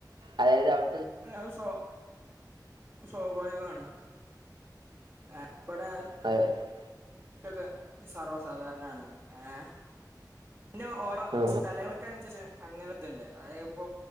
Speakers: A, on the right; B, on the right.
A: അതായത് അവ്
B: അത് അത് സ്വാ സ്വാഭാവികാണ് ആഹ് ഇബടെ
A: <unintelligible>
B: ക്കൊക്കെ സർവസാധാരണാണ് ഏഹ് പിന്നെ ഓരോ
A: ആ
B: സ്ഥലങ്ങൾക്കനുസരിച്ച് അങ്ങനെ ഇതുണ്ട് അതായത്